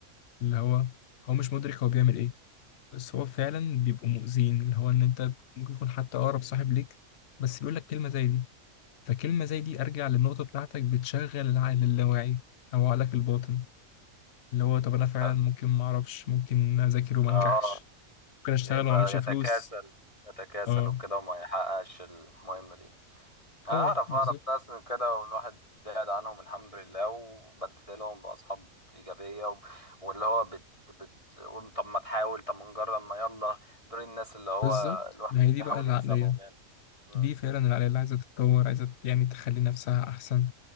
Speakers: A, on the left; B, on the left.
A: اللي هو هو مش مدرك هو بيعمل ايه بس هو فعلا بيبقوا مؤذيين اللي هو ان انت ممكن يكون حتى اقرب صاحب ليك بس بيقول لك كلمه زي دي فكلمه زي دي ارجع للنقطه بتاعتك بتشغل العقل اللاواعي او عقلك الباطن اللي هو طب انا فعلا
B: ف...
A: ممكن ما اعرفش ممكن اذاكر
B: ف...
A: وما
B: آه،
A: انجحش ممكن اشتغل
B: يبقى
A: وما اعملش
B: يتكاسل
A: فلوس
B: يتكاسل
A: اه
B: وكده وما يحققش المهمة دي انا
A: اه
B: اعرف
A: بالظبط
B: اعرف ناس من كده والواحد بعد عنهم الحمد لله وبدلهم باصحاب ايجابيه و... واللي هو بت... بتقول طب ما تحاول طب ما نجرب ما يلا دول الناس اللي هو
A: بالظبط
B: الواحد
A: ما هي دي
B: بيحاول
A: بقى العقليه
B: يكسبهم يعني مم.
A: دي فعلا العقليه اللي عايزه تتطور عايزه يعني تخلي نفسها احسن